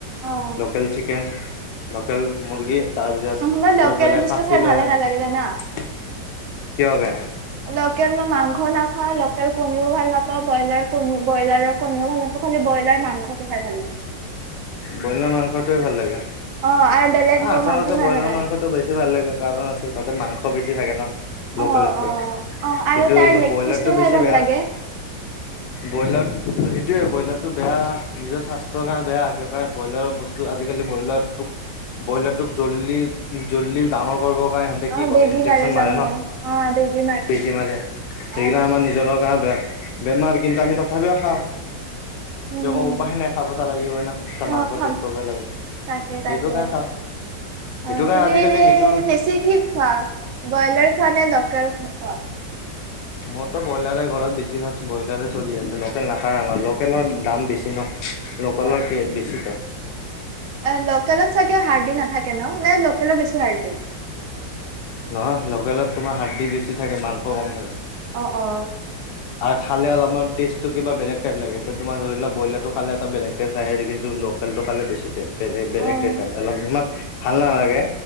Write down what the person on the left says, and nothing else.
লোকেল চিকেন লোকেল মুৰ্গী। তাৰপিছত
আৰু বেলেগ
সাঁচি
লৈহে
কিয় কে?
বইলাৰ মাংসটো ভাল লাগে।
আহ,
আচলতে
ব্ৰইলাৰ
মাংসটো বেছি ভাল লাগে কাৰণ আছে তাতে মাংস বেছি থাকে ন। লোকেলতকে
কিন্তু
ব্ৰইলাৰটো
বেছি
বেয়া।
ব্ৰইলাৰটো সেইটোয়ে ব্ৰইলাৰটো বেয়া নিজৰ স্বাস্থ্যৰ কাৰণে বেয়া। কাৰণ ব্ৰইলাৰৰ বস্তু আজিকালি ব্ৰইলাটোক ব্ৰইলাৰ তোক জল্দি-জল্দি ডাঙৰ কৰিব সেতে
কি কৰে
ইঞ্জেকচন
মাৰে ন
বেজি মাৰে।
সেইগিলা আমাৰ নিজৰ গে বেমাৰ <unintelligible> কিন্তু আমি তথাপিও খাওঁ।
যেকো উপায়ে নাই খাব তো লাগিব ন। এটা
মাংস
টেষ্ট কৰিবই লাগিব।
সেইটো
কাৰণে খাওঁ
সেইটো কাৰণে
আজিকালি
সেইটো
মইতো ব্ৰইলাৰে ঘৰত বেছিভাগ ব্ৰইলাৰে চলি আছে লোকেল নাখায় আমাৰ লোকেলৰ দাম বেছি ন। লোকেলৰ
কি বেছিতো
নহয়, লোকেল ত তোমাৰ হাৰ্দি বেছি থাকে মাংস কম থাকে।
আৰু খালে অলপমান টেষ্টটো কিবা বেলেগ টাইপ লাগে। এতিয়া তোমাৰ ধৰি লোৱা ব্ৰলাৰটো খালে এটা বেলেগ টেষ্ট আহে কিন্তু ল- কেল তো খালে বেছি বেগ বেলেগ
টেষ্ট অলপ ইমান- ভাল নালাগে।